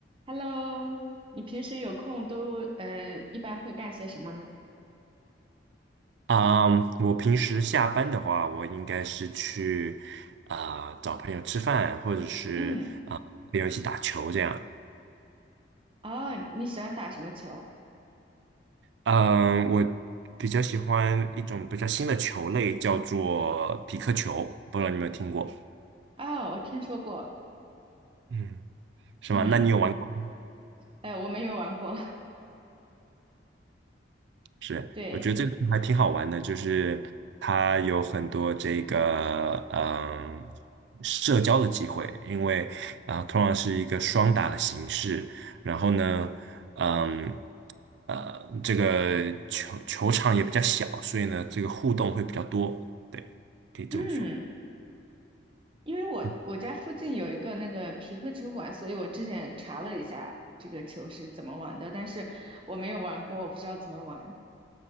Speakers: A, on the right; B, on the right.
A: Hello，你平时有空都呃一般会干些什么呢？
B: 啊我平时下班的话，我应该是去啊、找朋友吃饭，或者是啊、
A: 嗯，
B: 朋友一起打球这样。
A: 哦，你喜欢打什么球？
B: 嗯，我比较喜欢一种比较新的球类，叫做匹克球，不知道你有没有听过？
A: 哦，我听说过，
B: 嗯，是吗？
A: 嗯，
B: 那你有玩过？吗？
A: 呃，我没有玩过，
B: 是，
A: <laughs> 对，
B: 我觉得这个还挺好玩的，就是它有很多这个嗯社交的机会，因为啊、通常是一个双打的形式，然后呢，嗯呃这个球球场也比较小，所以呢这个互动会比较多，对，可以这么说。
A: 嗯，因为我我家附近有一个那个皮克球馆，
B: 嗯，
A: 所以我之前查了一下这个球是怎么玩的，但是我没有玩过，我不知道怎么玩，